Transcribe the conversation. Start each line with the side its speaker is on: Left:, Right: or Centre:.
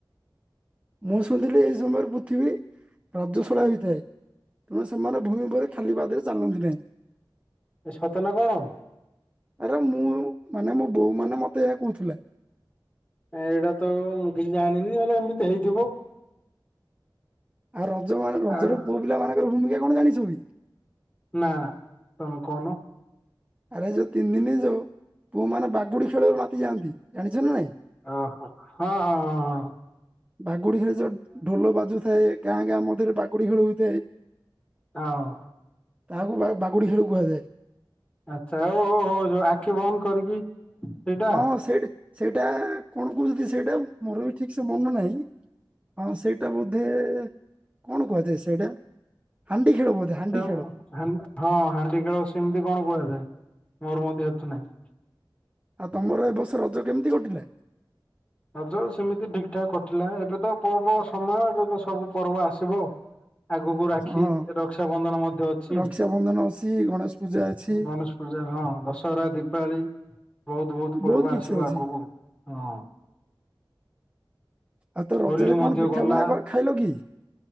Right: ମୁଁ ଶୁଣିଥିଲି ଏଇ ସମୟରେ ପୃଥିବୀ ରଜ୍ଵଶିଳା ହୋଇଥାଏ। ତେଣୁ ସେମାନେ ଭୂଇଁ ଉପରେ ଖାଲି ପାଦରେ ଚାଲନ୍ତି ନାହିଁ।
Left: ଏ ସତନା କଣ?
Right: ଆରେ ମୁଁ ମାନେ ମୋ ବୋଉ ମାନେ ମତେ ଏହା କହୁଥିଲା।
Left: ଏଇଟା ତ ମୁଁ କିଛି ଜାଣିନି ହେଲେ ଏମିତି ହେଇଥିବ।
Right: ଆଉ ରଜ ମାନେ ରଜରେ
Left: ଆଉ
Right: ପୁଅ ପିଲା ମାନଙ୍କର ଭୂମିକା କଣ ଜାଣିଛୁ କି?
Left: ନା ତମେ କହୁନ।
Right: ଆରେ ଯୋଉ ତିନି ଦିନ ଯୋଉ ପୁଅ ମାନେ ବାଗୁଡି ଖେଳିବରେ ମାତିଯାଆନ୍ତି, ଜାଣିଛ ନା ନାଇଁ?
Left: ଓହୋ ହଁ-ହଁ-ହଁ-ହଁ।
Right: ବାଗୁଡି ଖେଳରେ ଯୋଉ ଢୋଲ ବାଜୁଥାଏ ଗାଁ ଗାଁ ମଧ୍ୟରେ ବାଗୁଡି ଖେଳ ହୋଇଥାଏ।
Left: ହଁ।
Right: ତାହାକୁ ବା ବାଗୁଡ଼ି ଖେଳକୁ କୁହାଯାଏ।
Left: ଆଚ୍ଛା ଓହୋ ହୋ ଯୋଉ ଆଖି ବନ୍ଦ କରିକି ସେଇଟା
Right: ହଁ ସେଇଟା-ସେଇଟା କଣ କହୁଛନ୍ତି ସେଇଟା ମୋର ବି ଠିକସେ ମନ ନାହିଁ। ହଁ ସେଇଟା ବୋଧେ କଣ କୁହାଯାଏ ସେଇଟା ହାଣ୍ଡି ଖେଳ ବୋଧେ? ହାଣ୍ଡି
Left: ହଁ
Right: ଖେଳ
Left: ହାଣ୍ଡି ଖେଳ ସେମିତି କଣ କୁହାଯାଏ ମୋର ମଧ୍ୟ ହେତୁ ନାହିଁ।
Right: ଆଉ ତମର ଏ ବର୍ଷ ରଜ କେମିତି କଟିଲା?
Left: ରଜ ସେମିତି ଠିକ୍ ଠାକ୍ କଟିଲା, ଏବେ ତ ପର୍ବ ସମୟ ଏବେ ତ ସବୁ ପର୍ବ ଆସିବ। ଆଗକୁ ରାଖି
Right: ହଁ
Left: ରକ୍ଷାବନ୍ଧନ ମଧ୍ୟ ଅଛି।
Right: ରକ୍ଷାବନ୍ଧନ ଅଛି, ଗଣେଶ ପୂଜା ଅଛି,
Left: ଗଣେଶ ପୂଜା ହଁ, ଦଶହରା, ଦୀପାଳି ବହୁତ୍ ବହୁତ୍ ପର୍ବ
Right: ବହୁତ
Left: ଆସିବ
Right: କିଛି ଅଛି।
Left: ଆଗକୁ ହଁ।
Right: ଆଉ ତ ରଜରେ
Left: ହୋଲି ମଧ୍ୟ
Right: କଣ ପିଠା
Left: ଗଲା।
Right: ପଣା କର ଖାଇଲ କି?